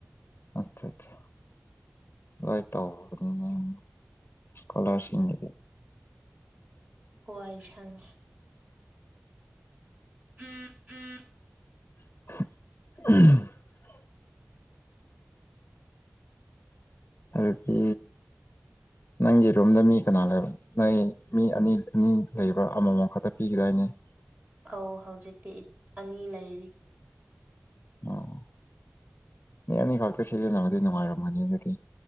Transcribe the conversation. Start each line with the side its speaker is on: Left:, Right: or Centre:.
Left: ꯑꯠꯆꯥ ꯑꯠꯆꯥ ꯂꯣꯏ ꯇꯧꯕꯅꯤꯅꯦ ꯏꯁꯀꯣꯂꯔꯁꯤꯞꯗꯤ
Right: ꯀꯋꯥꯏꯁꯪ ꯎꯝ ꯎꯝ
Left: <unintelligible> ꯑꯗꯨꯛꯇ ꯅꯪꯒꯤ ꯔꯨꯝꯗ ꯃꯤ ꯀꯅꯥ ꯂꯩꯕ ꯅꯣꯏ ꯃꯤ ꯑꯅꯤ ꯑꯅꯤ ꯂꯩꯕ꯭ꯔꯥ ꯑꯃꯃꯝ ꯈꯛꯇ ꯄꯤꯈꯤꯗꯏꯅꯤ ꯑ
Right: ꯑꯧ ꯍꯧꯖꯤꯛꯇꯤ ꯑꯅꯤ ꯂꯩꯔꯤ
Left: ꯑꯣ ꯃꯤ ꯑꯅꯤꯈꯛꯇ ꯁꯤꯖꯤꯟꯅꯕꯗꯤ ꯅꯨꯡꯉꯥꯏꯔꯝꯃꯅꯤ ꯑꯗꯨꯗꯤ